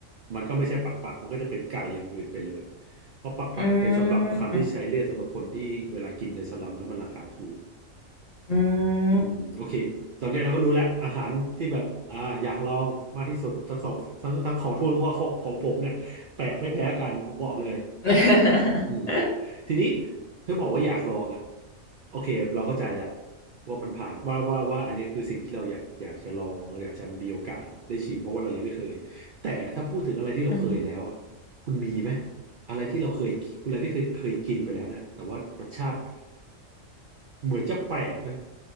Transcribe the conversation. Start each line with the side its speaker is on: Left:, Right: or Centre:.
Right: มันก็ไม่ใช่ปักปักมันก็จะเป็นไก่อย่างอื่นไปเลยเพราะปักปักเป็นสำหรับคำที่ใช้เรียกสำหรับคนที่เวลากินในสลัมแล้วมันราคาถูก
Left: อืมอื
Right: อืมโอเคตอนนี้เราก็รู้แล้วอาหารที่แบบอ่าอยากลองมากที่สุดทั้งสองทั้งทั้งของทูนของของของผมเนี่ยแปลกไม่แพ้กันผมบอกเลย
Left: ม <laughs>
Right: อืมทีนี้เธอบอกว่าอยากลองอะโอเคเราเข้าใจแล้วว่ามันผ่านว่าว่าว่าอันนี้คือสิ่งที่เราอยากอยากจะลองอยากจะมีโอกาสได้ชิมเพราะว่าเรายังไม่เคยแต่ถ้าพูดถึงอะไรที่เราเคยแล้วอะ
Left: อืม
Right: คุณมีไหมอะไรที่เราเคยคุณอะไรที่เคยเคยกินไปแล้วเนี่ยแต่ว่ารสชาติเหมือนจะแปลกนะ